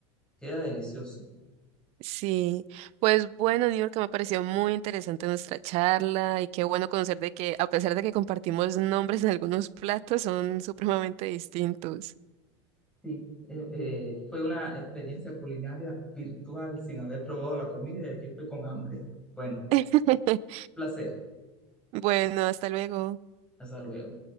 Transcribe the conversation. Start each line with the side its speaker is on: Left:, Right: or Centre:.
Centre: queda delicioso.
Right: Sí, pues bueno, Niurka, que me pareció muy interesante nuestra charla y qué bueno conocer de que a pesar de que compartimos nombres en algunos platos, son supremamente distintos.
Centre: Sí, eh, eh, fue una experiencia culinaria virtual sin haber probado la comida y aquí estoy con hambre. Bueno, un
Right: <laughs>
Centre: placer.
Right: Bueno, hasta luego.
Centre: Hasta luego.